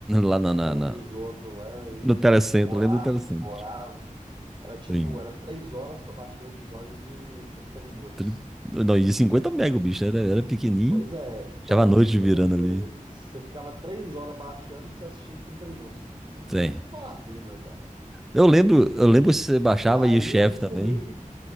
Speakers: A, in the centre; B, on the right.
A: Lá na,
B: na
A: na,
B: casa
A: na-
B: dos outros lá e
A: no telecentro,
B: demorava,
A: lembra do telecentro.
B: demorava. Era tipo,
A: Sim.
B: era três horas para baixar um episódio de 30 minutos.
A: Tri- Não, e 50 mega o bicho, era, era pequenininho.
B: Pois é, então,
A: Tava a noite
B: então
A: virando
B: quer dizer,
A: ali.
B: você ficava três horas baixando pra você assistir em 30 minutos. Então,
A: Sim.
B: não vale a pena, cara.
A: Eu lembro,
B: E,
A: eu lembro se você baixava
B: e aí
A: e o chefe
B: eu descobri
A: também.